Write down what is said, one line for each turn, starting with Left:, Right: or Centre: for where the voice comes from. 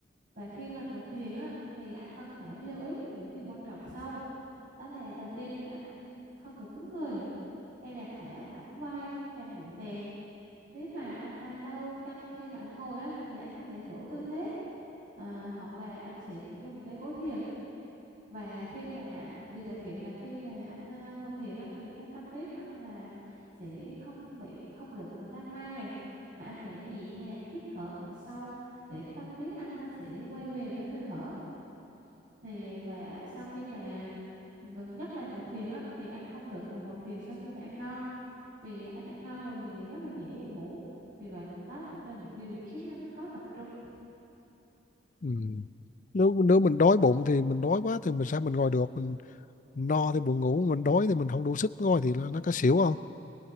Right: Và khi mà ngồi thiền á thì anh cần phải lưu ý những điều quan trọng sau. Đó là đầu tiên thì anh không được cứng người hay là thả lỏng vai hay bụng nè nếu mà anh à, đau căng khi mà anh ngồi á thì anh có thể đổi tư thế à, hoặc là anh sẽ dùng cái gối thiền và khi mà điều đặc biệt là khi mà anh à, ngồi thiền á thì cái tâm trí của anh là sẽ không bị không được à, lan man này mà anh phải nhẹ nhàng hít thở thật sâu để cái tâm trí anh nó sẽ quay về với hơi thở thì và sau khi mà ngược- nhất là ngồi thiền á thì anh không được mà ngồi thiền sau khi mà ăn no vì anh ăn no rồi thì rất là dễ buồn ngủ vì vậy đó cũng là một điều khiến anh khó tập trung
Left: Ừ. nếu nếu mình đói bụng thì mình đói quá thì mình sao mình ngồi được mình no thì buồn ngủ mình đói thì mình không đủ sức ngồi thì là nó có xỉu không